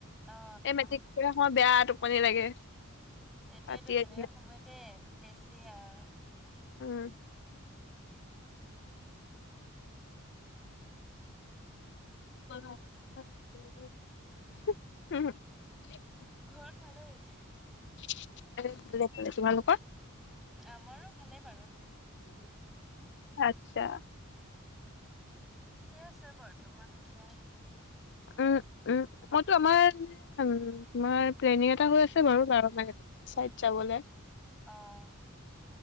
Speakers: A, in the centre; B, on the left.
A: অ
B: এই মেট্ৰিক পৰীক্ষা বেয়া টোপনি লাগে।
A: এতিয়াতো
B: পাতিয়ে
A: তেনেকুৱা
B: দিলে
A: সময়তে বেছি আৰু।
B: উম' <inaudible>
A: ঘৰত ভালেই?
B: <inaudible>
A: আমাৰো ভালে বাৰু?
B: আচ্ছা!
A: ঠিকে আছে বৰ্তমান এতিয়া?
B: উম, উম! মইতো আমাৰ উ তোমাৰ প্লেনিং এটা হৈ আছে বাৰু! <unintelligible>
A: অ'